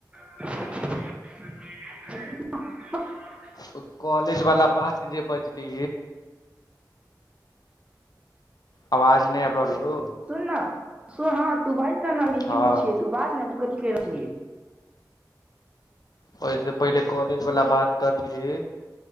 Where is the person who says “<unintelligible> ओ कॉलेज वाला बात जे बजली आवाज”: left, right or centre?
Left